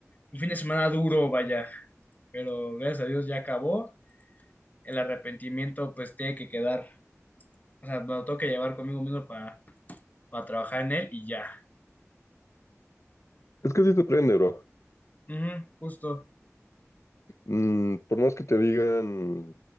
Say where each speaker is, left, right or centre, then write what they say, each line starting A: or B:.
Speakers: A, on the left (about 35°); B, on the left (about 70°).
A: un fin de semana duro, vaya pero gracias a Dios ya acabó el arrepentimiento pues tiene que quedar, o sea, me lo tengo que llevar conmigo mismo para, para trabajar en él y ya.
B: Es que sí te prende, bro.
A: Ujú, justo.
B: Mm, por más que te digan